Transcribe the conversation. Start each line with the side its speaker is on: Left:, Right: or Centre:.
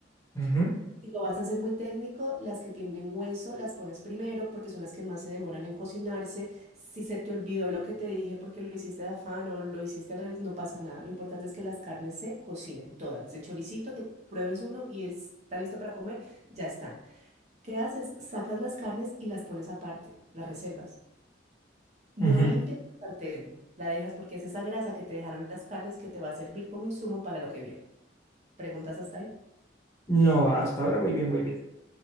Left: Ujú,
Right: Si lo vas a hacer muy técnico, las que tienen hueso las pones primero porque son las que más se demoran en cocinarse. Si se te olvidó lo que te dije porque lo hiciste de afán o lo hiciste al revés, no pasa nada. Lo importante es que las carnes se cocinen todas. El choricito, que pruebes uno y está listo para comer, ya están. ¿Qué haces? Sacas las carnes y las pones aparte, las reservas. No
Left: ujú.
Right: limpias el sartén, la dejas porque es esa grasa que te dejaron las carnes que te va a servir como insumo para lo que viene. ¿Preguntas hasta ahí?
Left: No, hasta ahora voy bien, voy bien.